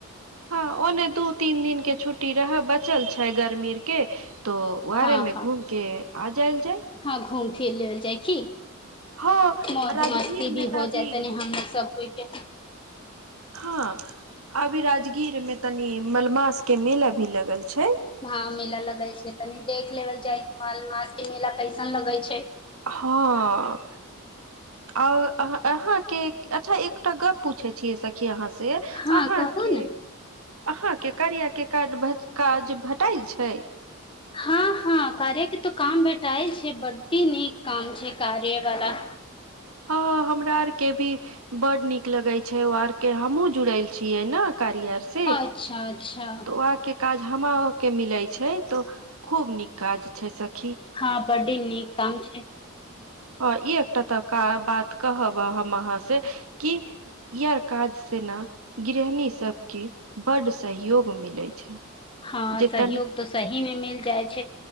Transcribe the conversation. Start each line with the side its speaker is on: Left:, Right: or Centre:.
Right: हां ओने दू तीन दिन के छुट टी रहा बचल छै गर्मी के तो बाहरे
Left: हँ
Right: में
Left: हँ
Right: घूम के आ जायल जाए
Left: हँ घूम फिर लैबल जाए। की
Right: हँ
Left: मौज
Right: राजगीर
Left: मस्ती भी
Right: मे तऽ
Left: हो
Right: अभी
Left: जाए, तनी हमरा सब कोइ के।
Right: हां अभी राजगीर मे तनी, मलमास के मेला भी लगल छै।
Left: हां मेला लगल छै, तनि देख लेबल जाइ की, माल मास के मेला कैसन लगै छै?
Right: हां। और अहाँ अहां के अच्छा एकटा गप पूछे छियै सक की अहां से अहाँ
Left: हँ कहू
Right: के
Left: ने
Right: अहाँ के कार्या के कार्ड भेज काज भेटल छै।
Left: हां, हां, कार्य के तऽ काम बेेटाए छै, बडी नीक काम छै कार्य वाला।
Right: हँ हमरा आर के भी बड नीक लगे छै ओ आर के हमहुँ जुड़ल छियै नै। कार्या से
Left: अच्छा अच्छा
Right: तो आके काज हमो के मिले छै तो खूब नीक काज छै सक
Left: हां बडी निक काम छै।
Right: हां एकटा त क बात कहब हम अहाँ से कि यर काज से ने गृहिणी सबके बड्ड सहयोग मिलै छै।
Left: हां
Right: जे
Left: सहयोग
Right: तन
Left: तऽ सही मे मिल जाइ छै